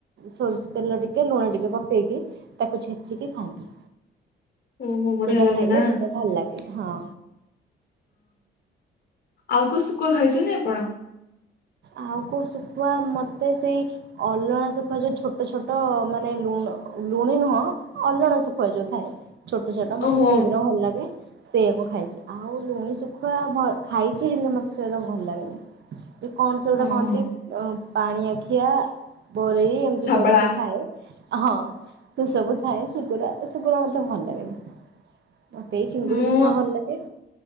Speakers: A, on the right; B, on the left.
A: ସୋରିଷ ତେଲ ଟିକେ, ଲୁଣ ଟିକେ ପକେଇକି ତାକୁ ଛେଚିକି ଖାଆନ୍ତି।
B: ଓହୋ ବଢିଆ
A: ସେଇଟା
B: ଲାଗେ
A: ଖାଇଲେ
B: ନା।
A: ସେଇଟା ଭଲ ଲାଗେ। ହଁ।
B: ଆଉ କୋଉ ଶୁଖୁଆ ଖାଇଚନ୍ତି ଆପଣ?
A: ଆଉ କୋଉ ଶୁଖୁଆ ମତେ ସେଇ ଅଲଣା ଶୁଖୁଆ ଯଉ ଛୋଟ ଛୋଟ ମାନେ ଲୁଣ ଲୁଣି ନୁହଁ, ଅଲଣା ଶୁଖୁଆ ଯଉ ଥାଏ। ଛୋଟ ଛୋଟ ମତେ
B: ଓହୋ
A: ସେଇଗୁଡ଼ା ଭଲ ଲାଗେ, ସେଇଆାକୁ ଖାଏ। ଆଉ ଲୁଣି ଶୁଖୁଆ ଭ ଖାଇଚି ହେଲେ, ମୋତେ ସେଇଟା ଭଲ ଲାଗେନି। କଣ ସେଗୁଡ଼ା
B: ଓହୋ
A: କହନ୍ତି ଅ ପାଣିଆଖିିଆ। ବରେଇ ଏମିତି
B: ଶାବଳା।
A: ସବୁ ସ ଥାଏ। ହଁ ତୁ ସବୁ ଥାଏ। ସେଗୁଡା, ଏ ସେଗୁଡା ମତେ ଭଲ ଲାଗେନି। ମତେ ଏଇ ଚିଙ୍ଗୁଡି
B: ମୁଁ
A: ସୁଖୁଆ ଭଲ ଲାଗେ।